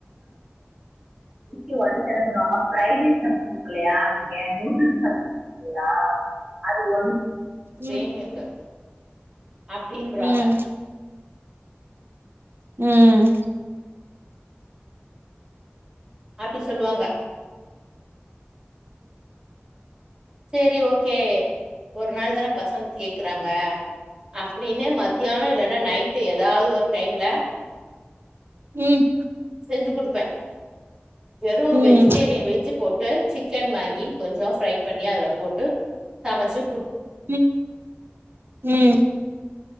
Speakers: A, on the right; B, on the right.
A: வீக்லி ஒன்ஸ் என்ன பண்ணுவாங்கனா ஃரைஸ் சம் குடுக்கலையா நீங்க நூடுல்ஸ் சம் லியா அது ஒண்ணு
B: ம்
A: வேணு என்க்கு அப்டின்றாங்க
B: ம் ம்
A: அப்டி சொல்லுவாங்க செரி ஓகே ஒரு நாள் தானே பசங்க கேக்குறாங்க அப்டின்னே மத்தியானே இல்லன்னா நைட்டு ஏதாவது ஒரு டைம்ல
B: ம்
A: செஞ்சு கொடுப்பே வெறு
B: ம்
A: வெஜிடேரியன் வெஜ்ஜு போட்டு சிக்கன் வாங்கி கொஞ்சோ ஃப்ரை பண்ணி அதுல போட்டு சமச்சு
B: ம் ம்